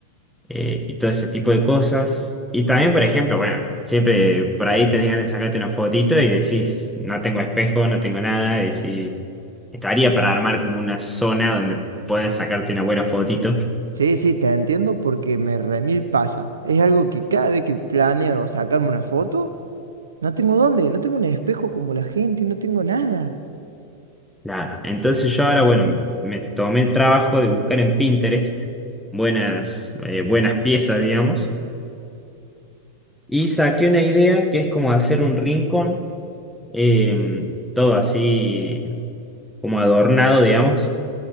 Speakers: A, in the centre; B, on the right.
A: eh, y todo ese tipo de cosas. Y también, por ejemplo, bueno, siempre por ahí tenés ganas de sacarte una fotito y decís, no tengo espejo, no tengo nada, y decís, estaría para armar como una zona donde puedas sacarte una buena fotito.
B: Sí, sí, te entiendo porque me remil pasa. Es algo que cada vez que planeo sacarme una foto, no tengo dónde, no tengo un espejo como la gente, no tengo nada.
A: Claro, entonces yo ahora, bueno, me tomé el trabajo de buscar en Pinterest buenas, eh, buenas piezas, digamos, y saqué una idea que es como hacer un rincón, eh, todo así como adornado, digamos,